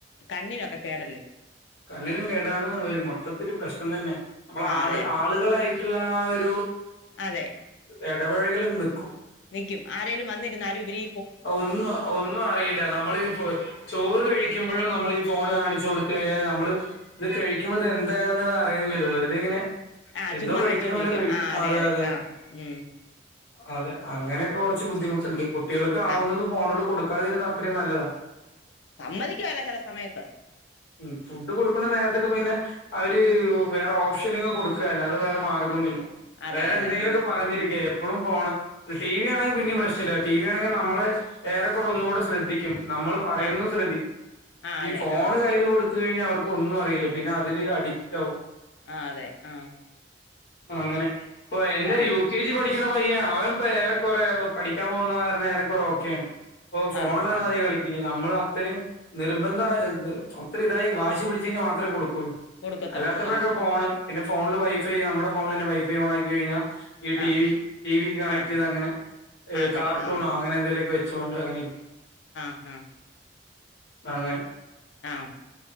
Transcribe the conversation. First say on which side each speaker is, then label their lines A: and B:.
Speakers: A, on the left; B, on the left.
A: കണ്ണിനൊക്കെ കേടല്ലേ
B: കണ്ണിനും കേടാണ് ഒരു മൊത്തത്തില് പ്രശ്നം തന്നെ. നമ്മൾ
A: ആ
B: ആട്
A: അതെ
B: ആള് ങ്ങളെയിട്ടുള്ള ആ ഒരു
A: അതെ
B: എടപഴകലൊക്കെ നിക്കും.
A: നിക്കും ആരേലും വന്നിരുന്നാലും ഇവരീ
B: ഒന്നും ഒന്നും അറിയില്ല നമ്മൾ ഈ ചോറ് കഴിക്കും എപ്പോഴും നമ്മൾ ഈ ഫോൺ കാണിച്ച് കൊടുത്ത് കഴിഞ്ഞാല് നമ്മള് ഇത് കഴിക്കുമ്പോ ഇത് എന്താ ഏതാ അറിയണി വെറുതെ ഇങ്ങനെ
A: ആ
B: എന്തോ
A: ചുമ്മാ
B: കഴിക്കുന്ന
A: കഴിച്ചോണ്ടിരിക്കും
B: പോലെ കഴിക്കും
A: ആ
B: അതെ അതെ അതെ
A: ആ ഉം
B: അതെ അങ്ങനെയൊക്കെ കുറച്ച് ബുദ്ധിമുട്ടുണ്ട് കുട്ടികൾക്ക് ആവുന്നതും
A: ആ
B: ഫോണുകൾ കൊടുക്കാതിരുന്നാ അത്രയും നല്ലതാ
A: സമ്മതിക്കുവല്ല ചെല സമയത്ത്
B: ഉ ഫുഡ് കൊടുക്കുണ നേരത്തൊക്ക പിന്നെ അവര് വേറെ ഓപ്ഷനുകൾ കൊടുക്ക അല്ലാതെ വേറെ മാർഗം ഒന്നുയില്ല
A: അതെ
B: വേറെ
A: അതെ
B: എന്തെങ്കിലു
A: ആ
B: ഒകെ പറഞ്ഞിരിക്കാ എപ്പോഴും ഫോണ് ടി വി ആണെങ്കിൽ പിന്നെയും പ്രശ്നയില്ല ടി വി ആണെങ്കിൽ നമ്മള് ഏറെക്കുറെ ഒന്നുകൂടെ ശ്രദ്ധിക്കും നമ്മളും പറയുന്നത്
A: ആ
B: ശ്രദ്ധി
A: ആ
B: ഈ
A: അതെ
B: ഫോൺ
A: ആ
B: കയ്ല് കൊടു ത്ത് കഴിഞ്ഞാൽ അവർക്ക് ഒന്നും അറിയില്ല പിന്നെ അതില് അഡിക്റ്റ് ആകും.
A: ആ അതെ ആ
B: അങ്ങനെ ഇപ്പൊ എന്റെ
A: ആ
B: യു കെ ജി പഠിക്കുന്ന പയ്യനാ അവൻപ്പ ഏറെകുറെ പഠിക്കാൻ പോകുന്ന കാരണം ഏറെ കുറെ ഒകെയാണ് ഓ ഫോണിലന്നും
A: ആ ആ
B: അധികം കളിക്കില്ല നമ്മൾ അത്രയും നിർബന്ധ ആയി അത്ര ഇതായി വാശി പിടച്ച് കഴിഞ്ഞാൽ മാത്ര കൊടുകൊള്ളും
A: കൊടുക്കത്തുള്ളൂ
B: അല്ലാത്തപ്പോഴൊക്കെ
A: ആ
B: ഫോണ് പിന്നെ ഫോണിൽ വൈഫൈ നമ്മുടെ ഫോണിൽ തന്നെ വൈഫൈ ഓണക്കി കഴിഞ്ഞാൽ ഈ ടി
A: ആ
B: വി ടി വിക്ക് കണക്ട്
A: ആ
B: ചെയ്ത അങ്ങനെ
A: ആ അങ്ങനെ
B: കാർട്ടൂണോ
A: ആ
B: അങ്ങനെ എന്തെലുമൊക്കെ വെച്ചുകോണ്ട് അങ്ങനെരിക്കും
A: ആഹ് ഹഹ
B: അങ്ങനെ
A: ആഹ്